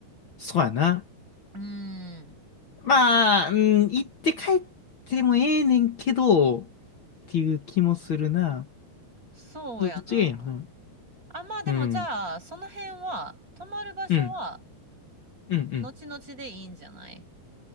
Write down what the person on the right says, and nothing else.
うーん。
そうやな。
あ、まあでもじゃあ、
その辺は、泊まる場所は、
後々でいいんじゃない